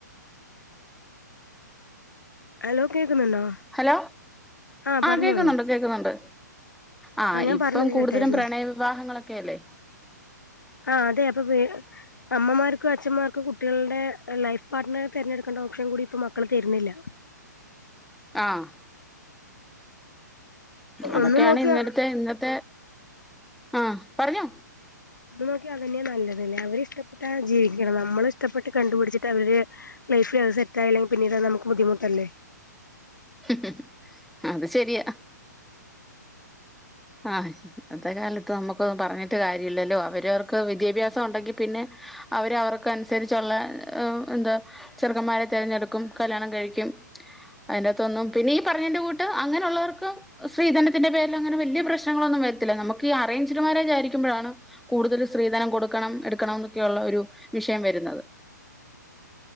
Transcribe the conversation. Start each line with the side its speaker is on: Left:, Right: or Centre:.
Left: അലോ കേക്കുന്നുണ്ടോ?
Centre: ഹലോ
Left: ആഹ്
Centre: ആ
Left: പറഞ്ഞോളൂ
Centre: കേക്കുന്നുണ്ട് കേക്കുന്നുണ്ട്. ആഹ
Left: ആ ഞാൻ
Centre: ഇപ്പം
Left: പറഞ്ഞത്
Centre: കൂടുതലും
Left: കേട്ടായിരുന്നു
Centre: പ്രണയ വിവാഹങ്ങളൊക്കെ യല്ലേ?
Left: ആഅതെ അപ്പൊ. വീ അമ്മമാർക്കും അച്ഛൻമാർക്കും കുട്ടികള്ടെ ലൈഫ് പാർട്ട്ണറേ തെരഞ്ഞെടുക്കേണ്ട ഓപ്ഷൻ കൂടി ഇപ്പ മക്കൾ തരുന്നില്ല.
Centre: ആഹ് അതൊക്കെയാണ്
Left: ഒന്ന് നോക്കിയ
Centre: ഇന്നടത്തെ ഇന്നത്തെ ആഹ് പറഞ്ഞോ?
Left: അത് നോക്കി അതന്നെ നല്ലതല്ലേ അവരി ഷ്ടപ്പെട്ടാ ജീവിക്കണം നമ്മള് ഇഷ്ടപ്പെട്ട് കണ്ടുപിടിച്ചിട്ടവര്. ലൈഫിലത് സെറ്റായില്ലെങ്കി പിന്നിട് അത് നമുക്ക് ബുദ്ധിമുട്ടല്ലേ?
Centre: ഹ് ഹ് ഹും അത് ശരിയാ. ഹ് ആഹ് ഇന്നത്തെ കാലത്ത് നമുക്ക് ഒന്നു പറഞ്ഞിട്ട് കാര്യല്ലല്ലോ. അവരവർക്ക് വിദ്യാഭ്യാസം ഉണ്ടെങ്കി പിന്നെ. അവര് അവർക്കനുസരിച്ചുള്ളഎന്താ. ചെറുക്കമ്മാരെ തിരഞ്ഞെടുക്കും കല്യാണം കഴിക്കും അതിന്റകത്തൊന്നും പിന്നെഈ പറഞ്ഞതിന്റെ കൂട്ട് അങ്ങനെയുള്ളവർക്ക് സ്ത്രീധനത്തിന്റെ പേരിൽ അങ്ങനെ വലിയ പ്രശ്നങ്ങളൊന്നും വരത്തില്ല. നമുക്ക് ഈ അറേഞ്ചട് മാരെജായി രിക്കുമ്പ ഴാണ് കൂടുതൽ സ്ത്രീധനം കൊടുക്കണം എടുക്കണം ന്നൊക്കെയള്ള ഒരു വിഷയം വരുന്നത്